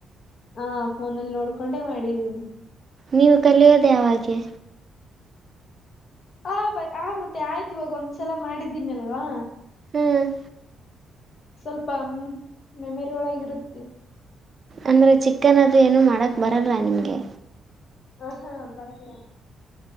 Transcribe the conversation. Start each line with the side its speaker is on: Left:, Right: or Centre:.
Left: ಹಾ ಫೋನಲ್ಲಿ ನೋಡ್ಕೊಂಡೆ ಮಾಡಿದ್ದೀನಿ.
Right: ನೀವು ಕಲಿಯೋದೆೇ ಯಾವಾಗೆ.
Left: ಆ ಬಾ ಆ ಮತ್ತೆ ಆಯ್ತ ಇವಾಗ ಒಂದ್ಸಲ ಮಾಡಿದ್ದೀನಿ ಅಲ್ವಾ.
Right: ಹ್ಮ್.
Left: ಸ್ವಲ್ಪ ಮೇಮ್ರೀ ಒಳಗ ಇರುತ್ತೆ.
Right: ಅಂದ್ರೆ ಚಿಕನ್ ಅದು ಏನ ಮಾಡಕ್ ಬರಲ್ಲ ನಿಮ್ಗೆ.
Left: ಹಾ ಹಾ ಬರಲ್ಲ.